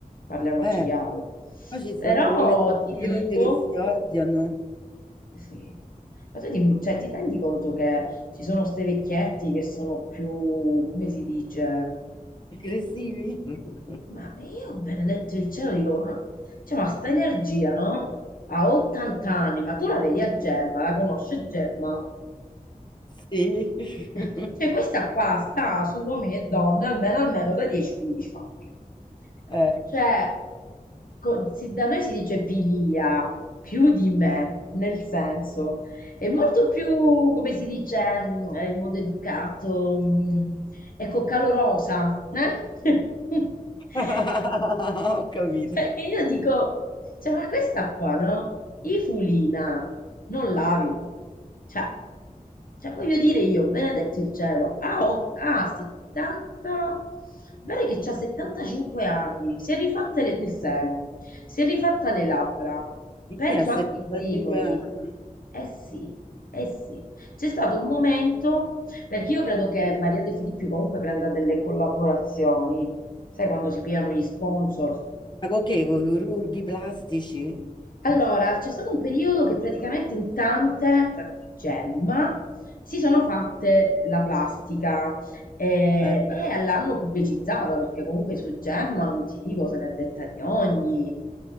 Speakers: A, on the left; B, on the left.
A: parliamoci
B: Eh,
A: chiaro.
B: poi ci stanno
A: Però
B: quelle bionde
A: ti dico,
B: che si odiano,
A: sì, ma tu ti, cioè, ti rendi conto che ci sono ste vecchietti che sono più, come si dice?
B: aggressivi. <laughs>
A: Ma io, ho benedetto il cielo, dico, ma, cioè, ma sta energia, no? Ha 80 anni, ma tu la vedi a Gemma, la conosce Gemma?
B: Sì. <laughs>
A: <laughs> Cioè, questa qua sta su uomini e donne almeno, almeno da 10-15 anni.
B: Eh.
A: Cioè, co- si- da noi si dice pilia, più di me, nel senso, è molto più, come si dice, mh, in modo educato, mh, ecco, calorosa, eh? <laughs>
B: <laughs> Ho capito.
A: Cioè, che io dico, cioè, ma questa qua, no? I fulina, non lavi. Cioè, cioè, voglio dire io, benedetto il cielo, ha, ot- ha 70, mi pare che c'ha 75 anni, si è rifatta le- il seno, si è rifatta le labbra, penso
B: Chi ha 75
A: anche i zigomi.
B: anni?
A: Eh sì, eh sì. C'è stato un momento, perché io credo che Maria De Filippi comunque prenda delle collaborazioni, Sai quando si pigliano gli sponsor?
B: Ma con che?
A: Tipo.
B: Con i chirurghi plastici?
A: Allora, c'è stato un periodo che praticamente in tante, tra cui Gemma, si sono fatte la plastica eh,
B: Eh,
A: e l'hanno pubblicizzata perché comunque su Gemma non ti dico se n'è detta di ogni.